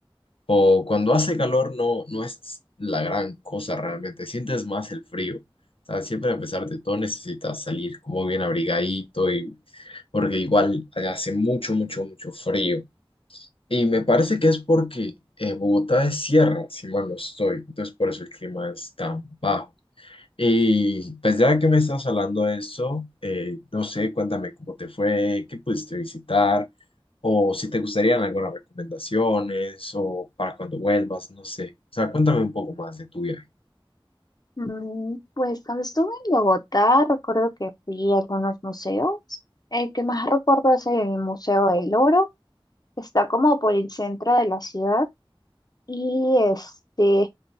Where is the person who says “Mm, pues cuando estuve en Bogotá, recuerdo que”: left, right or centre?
Left